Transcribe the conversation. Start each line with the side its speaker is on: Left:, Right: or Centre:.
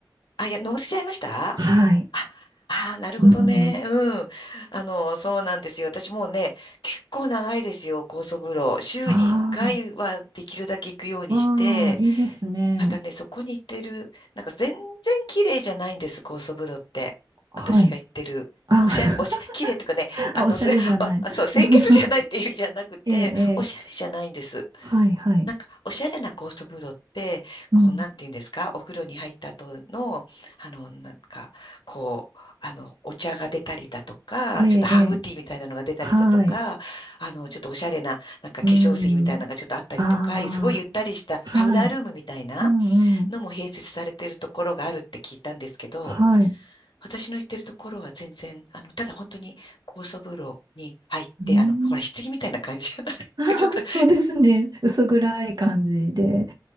Left: あ、いや、のぼせちゃいましたあ、
Right: はい。
Left: あー、なるほどね。
Right: うん。
Left: うん。あの、そうなんですよ。私もうね、結構長いですよ、酵素風呂。週に1回はできるだけ行くようにして、
Right: ああ、わあ、いいですね。
Left: またね、そこに行ってる、なんか全然綺麗じゃないんです、高層風呂って。
Right: はい。
Left: 私が行ってる。
Right: あ、
Left: おしゃ、おしゃ、
Right: <laughs>
Left: 綺麗とかね、
Right: あ、
Left: あの、
Right: おしゃれじゃない。
Left: それ、<laughs> あ、そう、
Right: <laughs>
Left: 清潔じゃないって意味じゃなくて、
Right: ええ、ええ。
Left: おしゃれじゃないんです。
Right: はい、はい。
Left: なんか、おしゃれな高層風呂って、こう、
Right: うん。
Left: なんていうんですか、お風呂に入った後の、あの、なんか、こう、あの、お茶が出たりだとか、
Right: ええ、
Left: ちょっとハーブティーみたいなのが出たりだとか、
Right: ええ。はい。
Left: あの、ちょっとおしゃれな、なんか化粧水みたいなのがちょっとあったりとか、
Right: うん。あ
Left: すごいゆったりしたパウダールームみたいな、
Right: あ、はい。うん、うん。
Left: のも併設されているところがあるって聞いたんですけど、
Right: はい。
Left: 私の行ってるところは全然、あの、ただ本当に高層風呂に入って、
Right: うん。
Left: あの、ほら、棺みたいな感じじゃない
Right: <laughs>
Left: <laughs> ちょっとい、
Right: そうですね。薄暗い感じで。